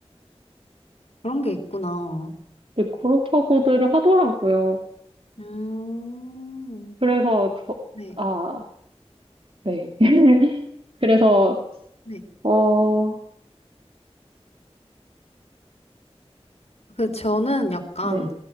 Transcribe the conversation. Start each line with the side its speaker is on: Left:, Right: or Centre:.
Left: 그런 게 있구나.
Right: 근데 그렇다고들 하더라고요.
Left: 음.
Right: 그래서 저,
Left: 네,
Right: 아, 네. <laughs> 그래서,
Left: 네.
Right: 어,
Left: 그 저는 약간
Right: 네.